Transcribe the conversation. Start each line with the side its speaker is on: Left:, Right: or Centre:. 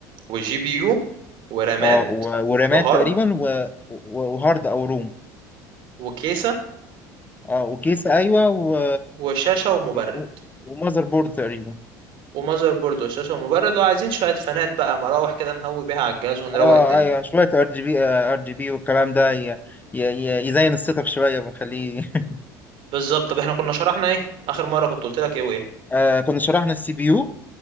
Right: وجي بي يو ورامات
Left: اه و- ورامات
Right: وهارد
Left: تقريبا و... و- وهارد او روم
Right: وكيسة
Left: اه وكيسة ايوه و...
Right: وشاشة ومبرد
Left: و... ومذر بورد تقريبا
Right: ومذر بورد وشاشة ومبرد وعايزين شوية فانات بقى مراوح كده نهوي بيها على الجهاز ونروق
Left: اه
Right: الدنيا
Left: ايوه شوية ار جي بي آه، ار جي بي والكلام ده ي... ي... ي- يزين السيت اب شوية ونخليه <laughs>
Right: بالظبط طب احنا كنا شرحنا ايه اخر مرة كنت قلت لك ايه وايه
Left: آه كنا شرحنا السي بي يو